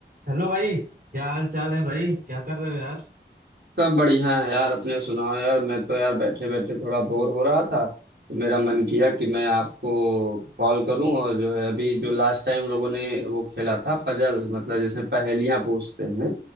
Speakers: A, on the right; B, on the right.
A: Hello भाई क्या हाल चाल है भाई क्या कर रहे हो यार
B: सब बढ़िया है यार अपने सुनाओ यार मैं तो यार बैठे बैठे थोड़ा बोर हो रहा था तो मेरा मन किया कि मैं आपको कॉल करूं और जो है अभी जो लास्ट टाइम लोगों ने वो खेला था पजल मतलब जिसमें पहेलियां पूछते हैं